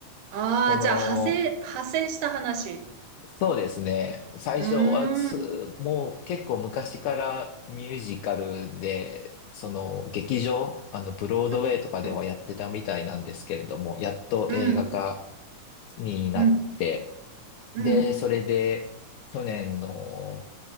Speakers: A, on the right (about 75°); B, on the left (about 80°).
A: ああ、
B: その、
A: じゃあ、派生、派生した話。
B: そうですね、最初はつもう結構昔からミュージカルで、
A: うーん。
B: その劇場、あのブロードウェイとかではやってたみたいなんですけれども、
A: うん、うん、
B: やっと映画化
A: うん、
B: になって、
A: うん、うん、
B: で、それで、去年の